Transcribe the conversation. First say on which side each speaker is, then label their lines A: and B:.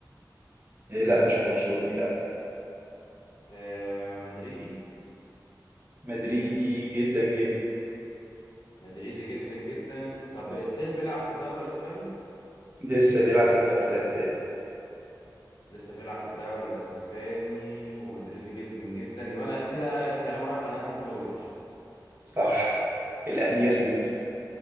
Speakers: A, on the right; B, on the left.
A: إيه لا مش برشلوني لا
B: آه مدريدي
A: مدريدي جدا جدا
B: مدريدي جدا جدا طب ستيل بيلعب في الدوري الاسباني
A: لسه بيلعب في الدوري الأسباني
B: لسه بيلعب في الدوري الاسباني ومدريدي جدا جدا يبقى انا كده الكلام رايح على ناحية مودريتش
A: صح الأمير لوكا